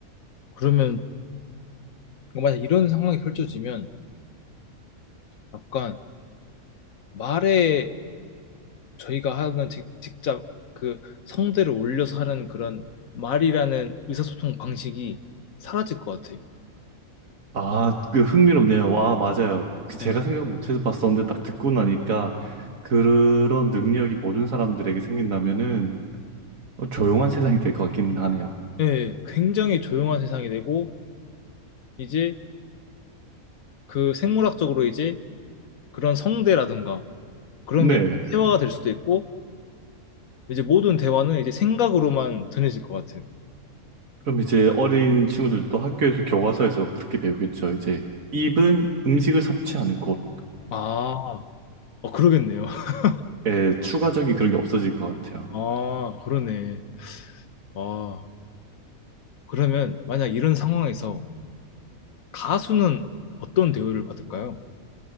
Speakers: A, on the left (about 70°); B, on the right (about 70°).
A: 그러면 만약 이런 상황이 펼쳐지면 약간 말에 저희가 하는 직, 직접 그 성대를 올려서 하는 그런 말이라는 의사소통 방식이 사라질 것 같아요.
B: 아, 그 흥미롭네요. 와, 맞아요. 그 제가
A: 네.
B: 생각 못해서 봤었는데 딱 듣고 나니까 그런 능력이 모든 사람들에게 생긴다면은 조용한 세상이 될 것 같기는 하네요.
A: 네, 굉장히 조용한 세상이 되고 이제 그 생물학적으로 이제 그런 성대라든가 그런
B: 네.
A: 게 세화가 될 수도 있고 이제 모든 대화는 이제 생각으로만 전해질 것 같아요.
B: 그럼 이제 어린 친구들도 학교에서 교과서에서 그렇게 배우겠죠. 이제 입은 음식을 섭취하는 곳,
A: 아, 어, 그러겠네요. <laughs>
B: 끝에 추가적인 그런 게 없어질 것 같아요.
A: 아, 그러네. 아, 그러면 만약 이런 상황에서 가수는 어떤 대우를 받을까요?